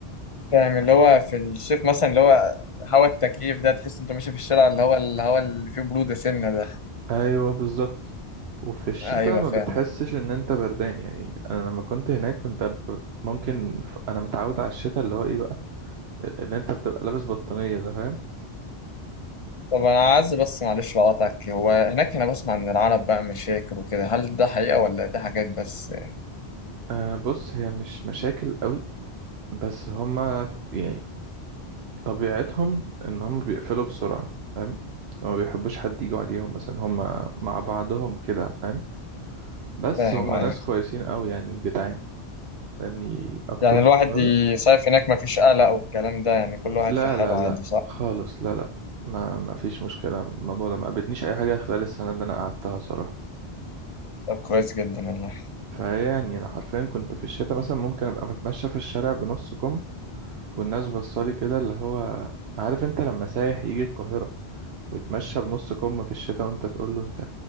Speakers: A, on the left; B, on the right.
A: فاهم اللي هو في الصيف مثلا اللي هو هوا التكييف ده تحس انت ماشي في الشارع اللي هو اللي هو اللي فيه بروده سنه ده
B: ايوه بالظبط وفي الشتاء
A: ايوه
B: ما
A: فاهم
B: بتحسش ان انت بردان يعني انا لما كنت هناك كنت أبقى ممكن ف- انا متعود على الشتاء اللي هو ايه بقى اللي انت بتبقى لابس بطانية ده فاهم
A: طب انا عايز بس معلش لو قطعك هو هناك انا بسمع ان العرب بقى مشاكل وكده هل ده حقيقه ولا دي حاجات بس
B: أه بص هي مش مشاكل قوي بس هما يعني طبيعتهم ان هم بيقفلوا بسرعة فاهم هما ما بيحبوش حد يجوا عليهم مثلا هم مع بعضهم كده فاهم بس
A: فاهم
B: هم
A: ايوه
B: ناس كويسين قوي يعني وجدعان لاني اكتر
A: يعني
B: من
A: الواحد
B: مرة
A: يصيف هناك مفيش قلق والكلام ده يعني كل واحد
B: لا
A: في حاله
B: لا لا
A: عادي صح؟
B: خالص لا لا ما ما فيش مشكلة الموضوع ده ما قابلنيش اي حاجة خلال السنة اللي انا قعدتها صراحة
A: طب كويس جدا والله
B: فيعني انا حرفيا كنت في الشتاء مثلا ممكن ابقى بتمشى في الشارع بنص كم والناس بصالي كده اللي هو عارف انت لما سايح يجي القاهرة وتمشى بنص كم في الشتاء وانت تقول له انت